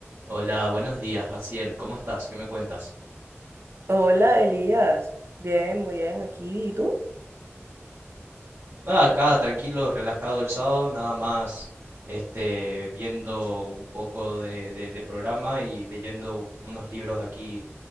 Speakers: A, on the right; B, on the right.
A: Hola, buenos días, Jaciel. ¿Cómo estás? ¿Qué me cuentas?
B: Hola Elías, bien, muy bien, aquí. ¿Y tú?
A: Nada, acá tranquilo, relajado el sábado, nada más este, viendo un poco de, de- de programa y leyendo u- unos libros aquí